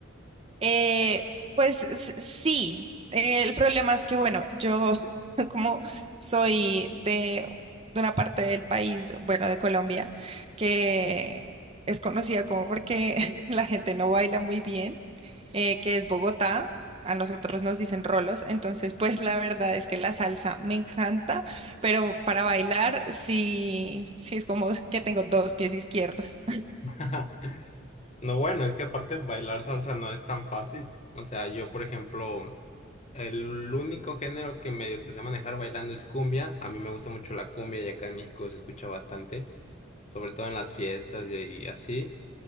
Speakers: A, on the right; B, on the left.
A: Eh, pues s- sí, eh, el problema es que, bueno, yo <laughs> como soy de, de una parte del país, bueno, de Colombia, que es conocida como porque <laughs> la gente no baila muy bien, eh, que es Bogotá. A nosotros nos dicen rolos, entonces pues la verdad es que la salsa me encanta, pero para bailar sí, sí es como que tengo dos pies izquierdos.
B: <laughs> No, bueno, es que aparte bailar salsa no es tan fácil. O sea, yo, por ejemplo, el único género que medio te sé manejar bailando es cumbia. A mí me gusta mucho la cumbia y acá en México se escucha bastante, sobre todo en las fiestas y, y así.